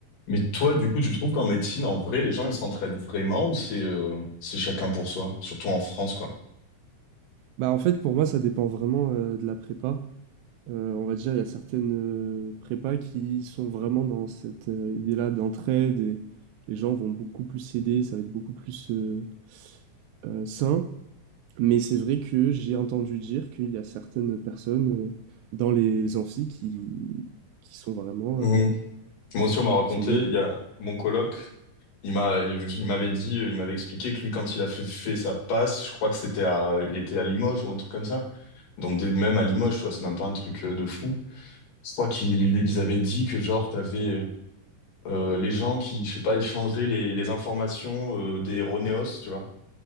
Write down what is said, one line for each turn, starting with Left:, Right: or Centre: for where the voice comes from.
Left: Mais toi, du coup, tu trouves qu'en médecine, en vrai, les gens, ils s'entraident vraiment ou c'est euh, c'est chacun pour soi, surtout en France, quoi.
Right: Bah, en fait, pour moi, ça dépend vraiment euh, de la prépa. Euh, on va dire, il y a certaines euh, prépas qui sont vraiment dans cette euh, idée-là d'entraide et les gens vont beaucoup plus s'aider, ça va être beaucoup plus euh, euh, sain. Mais c'est vrai que j'ai entendu dire qu'il y a certaines personnes euh, dans les amphis qui, qui sont vraiment...
Left: Mhm.
Right: euh,
Left: Moi aussi, on m'a raconté,
Right: sont mé-
Left: il y a mon coloc, il m'a, il m'avait dit, euh, il m'avait expliqué que lui, quand il a fait, fait sa passe, je crois que c'était à, il était à Limoges ou un truc comme ça. Donc, des- même à Limoges, tu vois, c'est même pas un truc euh, de fou. Je crois qu'ils ils avaient dit que, genre, t'avais euh, euh, les gens qui, je sais pas, ils changeaient les, les informations euh, des Roneos, tu vois.